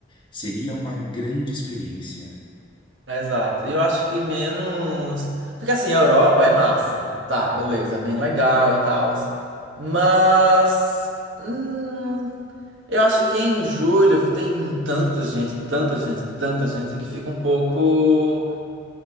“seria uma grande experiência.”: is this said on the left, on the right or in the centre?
Left